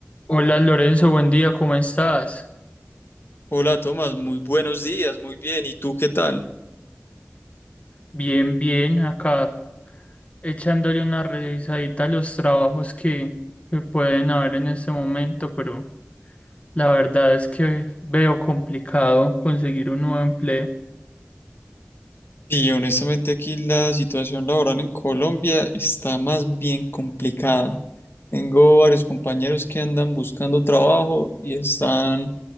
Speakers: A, on the left; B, on the left.
A: Hola Lorenzo, buen día, ¿cómo estás?
B: Hola Tomás, muy buenos días, muy bien. ¿Y tú qué tal?
A: Bien, bien, acá echándole una revisadita a los trabajos que, que pueden haber en este momento, pero la verdad es que veo complicado conseguir un nuevo empleo.
B: Y honestamente aquí la situación laboral en Colombia está más bien complicada. Tengo varios compañeros que andan buscando trabajo y están